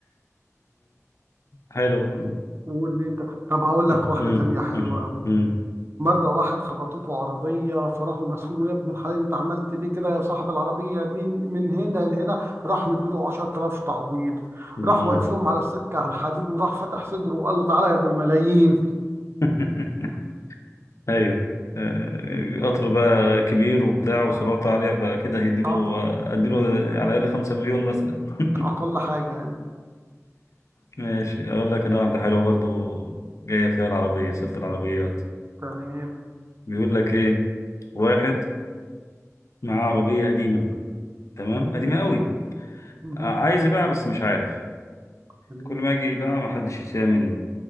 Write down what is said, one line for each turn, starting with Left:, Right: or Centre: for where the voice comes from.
Left: حلو والله.
Right: <laughs> واللي انت طب هقول لك
Left: مم.
Right: واحده
Left: مم.
Right: تانية حلوه قوي
Left: مم.
Right: مره واحد خبطته عربيه فراحوا مسؤوله يا ابن الحلال انت عملت ليه كده يا صاحب العربيه من من هنا لهنا راح مديله 10000 تعويض
Left: مم.
Right: راح واقف لهم على السكه على الحديد وراح فتح صدره وقال له تعالى يا ابو الملايين
Left: <laughs> ايوه آه، قطر بقى كبير وبتاع وسرعته
Right: آه،
Left: عالية فكده هيديله
Right: طبعا
Left: اديله على الأقل خمسة مليون مثلا <laughs>
Right: اقل حاجه يعني
Left: ماشي أقول لك أنا واحدة حلوة برضو جاية فيها العربية سيرة العربيات
Right: تمام
Left: بيقول لك ايه واحد معاه عربية قديمة تمام
Right: مهم.
Left: قديمة قوي
Right: مهم.
Left: ع- عايز يبيعها بس مش عارف
Right: تمام
Left: كل ما اجي يبيعها ما حدش يشتريها منه